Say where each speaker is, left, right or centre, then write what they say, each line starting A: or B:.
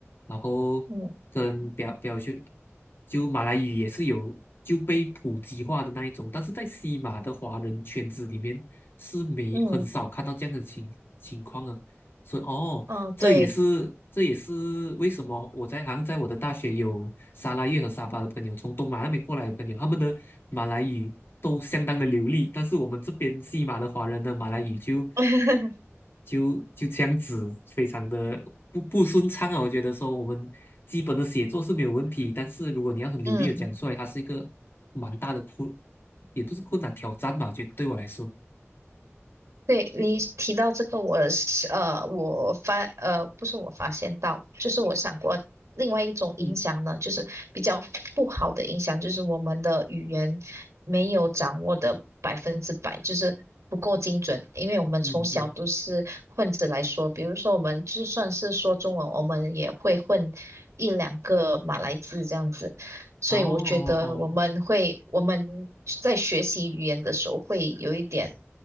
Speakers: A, on the left; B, on the right.
A: 然后跟表表兄
B: 嗯
A: 就马来语也是有就被普及化的那一种，但是在西马的华人圈子里面是没很少看到这样的情情况啊，
B: 嗯
A: 所以哦，
B: 嗯，哦对，
A: 这也是这也是为什么我在好像在我的大学有沙拉越和沙巴的朋友，从东马那边过来的朋友，他们的马来语都相当的流利，但是我们这边西马的华人的马来语就
B: <laughs>
A: 就就这样子，非常的不不顺畅啊。我觉得说我们基本的写作是没有问题，但是如果你要很流利的讲出来，
B: 嗯，
A: 它是一个蛮大的困，也不是困难挑战吧，就对我来说，
B: 对，你提到这个我是，呃，我发呃，不是我发现到，就是我想过另外一种影响呢，
A: 嗯
B: 就是比较不好的影响，就是我们的语言没有掌握的百分之百，就是不够精准，因为我们从小都是混着来说，
A: 嗯嗯，
B: 比如说我们就算是说中文，我们也会混一两个马来字这样子。所以我觉得我们会，
A: 哦哦哦，
B: 我们在学习语言的时候会有一点